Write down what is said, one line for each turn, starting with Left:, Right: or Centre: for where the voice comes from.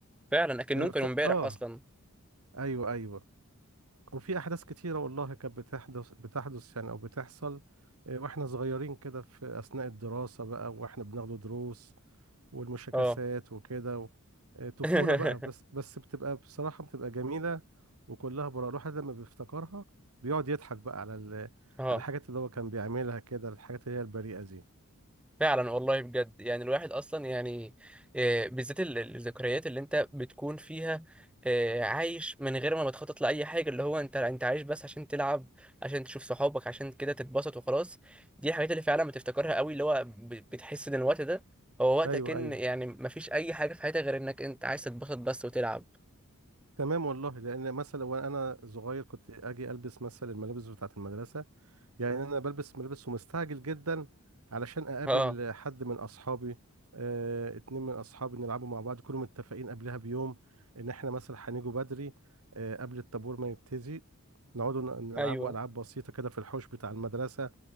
Centre: فعلا اكنهم
Right: يعني بفت...
Centre: كانوا امبارح
Right: اه
Centre: اصلا
Right: ايوه ايوه وفي احداث كتيرة والله كانت بتحدث بتحدث يعني او بتحصل آه، واحنا صغيرين كده في اثناء الدراسة بقى واحنا بناخد دروس والمشاكسات
Centre: اه
Right: وكده و... آه، طفولة
Centre: <laughs>
Right: بقى بس بس بتبقى بصراحة بتبقى جميلة وكلها براءة الواحد لما بيفتكرها بيقعد يضحك بقى على ال...
Centre: اه
Right: على الحاجات اللي هو كان بيعملها كده الحاجات اللي هي البريئة دي
Centre: فعلا والله بجد يعني الواحد اصلا يعني آه، بالذات ال- الذكريات اللي انت بتكون فيها آه، عايش من غير ما بتخطط لاي حاجه اللي هو انت انت عايش بس عشان تلعب عشان تشوف صحابك عشان كده تتبسط وخلاص دي الحاجات اللي فعلا بتفتكرها قوي اللي هو ب- بتحس ان الوقت ده هو وقتك
Right: ايوه
Centre: ان
Right: ايوه
Centre: يعني مفيش اي حاجه في حياتك غير انك انت عايز تتبسط بس وتلعب
Right: تمام والله لان مثلا وانا صغير كنت اجي البس مثلا الملابس بتاعة المدرسة يعني انا بلبس ملابس ومستعجل جدا علشان اقابل
Centre: اه
Right: حد من اصحابي آه، اتنين من اصحابي نلعبوا مع بعض كلهم متفقين قبلها بيوم ان احنا مثلا هنيجوا بدري آه، قبل الطابور ما يبتدي نقعدوا ن- نلعبوا
Centre: ايوه
Right: العاب بسيطه كده في الحوش بتاع المدرسه